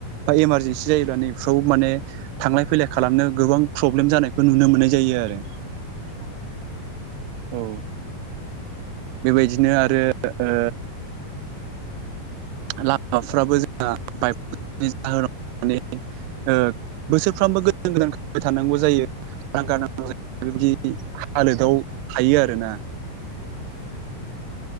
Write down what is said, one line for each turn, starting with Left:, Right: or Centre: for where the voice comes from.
Right: बा इमारजेन्सि जायोब्ला नैफ्राव माने थांलाय फैलाय खालामनो गोबां प्रब्लेम जानायखौ नुनो मोननाय जायो। आरो
Left: औ नोंगौ
Right: औ बेबायदिनो आरो ओ लामाफ्राबो जोंहा बाइक जाहोनाव मे ओ बोसोरफ्रामबो गोदान गोदान खोबाय थानांगौ जायो। गांगौ जायो बेबायदि हालोदाव थायो आरोना।
Left: उम